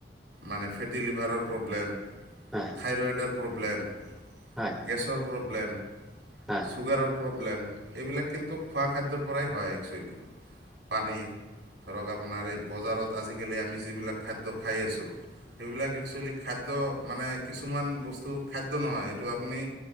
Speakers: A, on the right; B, in the centre.
A: মানে ফেটি লিভাৰৰ প্ৰব্লেম।
B: হয়।
A: থ্ৰাইৰয়েদৰ প্ৰব্লেম।
B: হয়।
A: গেছৰ প্ৰব্লেম।
B: হয়।
A: চুগাৰৰ প্ৰব্লেম এইবিলাক কিন্তু খোৱা খাদ্যৰ পৰাই হয় একচুৱেলি। পানী ধৰক আপোনাৰ এই বজাৰত আজিকালি আমি যিবিলাক খাদ্য খাই আছোঁ। সেইবিলাক একচুৱেলি খাদ্য মানে কিছুমান বস্তু খাদ্য নহয়, এইটো আপুনি